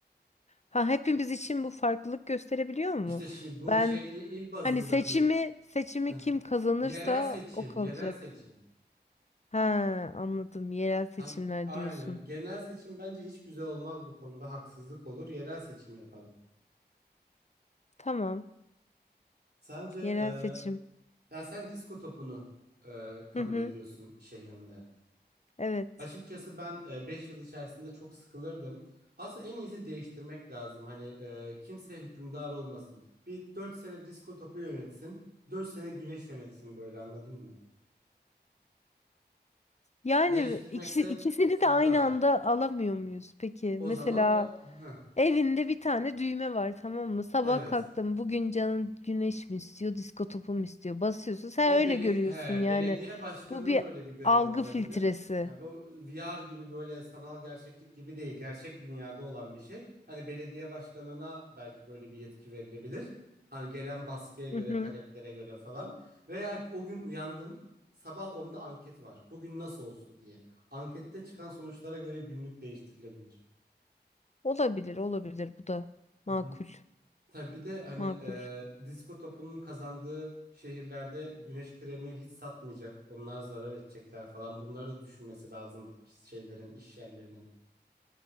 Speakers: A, on the left; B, on the right.
A: Ha hepimiz için bu farklılık gösterebiliyor mu?
B: İşte şi, bu
A: Ben
B: şey il, il bazında
A: hani seçimi
B: bir
A: seçimi
B: <laughs>
A: kim kazanırsa
B: yerel seçim,
A: o kalacak.
B: yerel seçim.
A: Ha anladım. Yerel seçimler
B: Hani, aynen.
A: diyorsun.
B: Genel seçim bence hiç güzel olmaz bu konuda. Haksızlık olur. Yerel seçim yapalım.
A: Tamam.
B: Sence
A: Yerel
B: e,
A: seçim.
B: ya sen disko topunu e, kabul
A: Hı hı.
B: ediyorsun şehrinde.
A: Evet.
B: Açıkçası ben e, 5 yıl içerisinde çok sıkılırdım. Aslında en iyisi değiştirmek lazım. Hani e, kimse hükümdar olmasın. Bir 4 sene disko topu yönetsin. 4 sene güneş yönetsin böyle anladın mı?
A: Yani
B: Değiştirmekte
A: ikisi, ikisini
B: fayda
A: de aynı
B: var.
A: anda alamıyor muyuz? Peki
B: O
A: mesela
B: zaman o... Heh,
A: Evinde bir tane düğme var tamam mı? Sabah
B: evet.
A: kalktım bugün canın güneş mi istiyor, disko topu mu istiyor? Basıyorsun. Sen
B: O
A: öyle
B: beli
A: görüyorsun
B: he,
A: yani.
B: belediye başkanının
A: Bu bir
B: öyle bir görevi
A: algı
B: olabilir.
A: filtresi.
B: Ha, bu VR gibi böyle sanal gerçeklik gibi değil. Gerçek dünyada olan bir şey. Hani belediye başkanına belki böyle bir yetki verilebilir. Hani gelen baskıya göre,
A: Hı hı.
B: taleplere göre falan. Veya o gün uyandın. Sabah onda anket var. Bugün nasıl olsun diye. Ankette çıkan sonuçlara göre günlük değiştirilebilir.
A: Olabilir, olabilir. Bu da
B: Hı
A: makul,
B: hı. Tabii bir de hani
A: makul.
B: e, disko topunun kazandığı şehirlerde güneş kremi hiç satmayacak. Onlar zarar edecekler falan. Bunları da düşünmesi lazım şeylerin, iş yerlerinin,